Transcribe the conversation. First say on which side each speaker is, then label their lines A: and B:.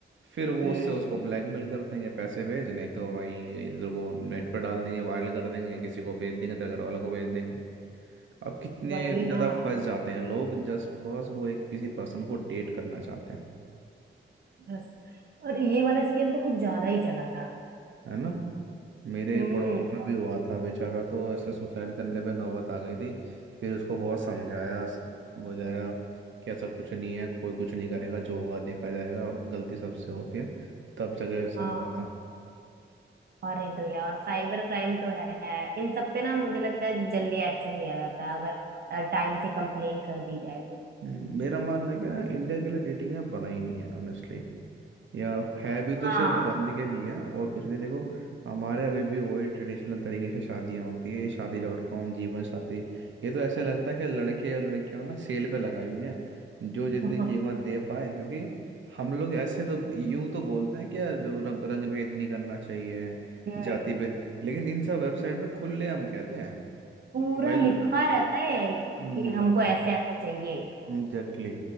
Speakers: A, on the right; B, on the right.
A: फिर वो
B: हम्म
A: उससे उसको ब्लैकमेल करते हैं कि पैसे भेज नहीं तो भाई ये तेरे को नेट पर डाल देंगे वायरल कर देंगे या किसी को भेज देंगे तेरे घर वालों को भेज देंगे अब कितने
B: वही
A: ज़्यादा
B: ना
A: फंस जाते हैं लोग जस्ट बिकॉज वो एक किसी पर्सन को डेट करना चाहते हैं
B: बस और ये वाला स्कैम तो कुछ ज्यादा ही चला था
A: है ना मेरे
B: हम्म
A: पड़ोस में भी हुआ था बेचारा तो ऐसे सुसाइड करने पे नौबत आ गई थी फिर उसको बहुत समझाया स- बुझाया कि ऐसा कुछ नहीं है कोई कुछ नहीं करेगा जो होगा देखा जाएगा गलती सबसे होती है तब जगह संभला
B: हाँ
A: था
B: और नहीं तो क्या और साइबर क्राइम तो है इन सब पे ना मुझे लगता है जल्दी एक्शन लिया जाता है अगर टाइम से कंप्लेन कर दी जाए तो
A: हम्म, मेरा मानना है कि ना इंडिया के लिए डेटिंग ऐप बना ही नहीं है ऑनेस्टली या है भी तो
B: हाँ
A: सिर्फ गंद के लिए है और कुछ नहीं देखो हमारे अभी भी वही ट्रेडिशनल तरीके से शादियां होती है शादी डॉट कॉम जीवन साथी ये तो ऐसे लगता है कि लड़के और लड़कियां ना सेल पे लगाई हुई हैं जो जितनी
B: <laughs>
A: कीमत दे पाए क्योंकि हम लोग ऐसे तो यूं तो बोलते हैं कि यार जो रंग रंग भेद नहीं करना चाहिए
B: हम्म
A: जाति भेद लेकिन इन सब वेबसाइट में खुले हम कहते हैं
B: पूरा
A: कि भाई
B: लिखा
A: ल-
B: रहता है
A: हम्म
B: कि हमको ऐसे ऐसा चाहिए
A: एग्जैक्टली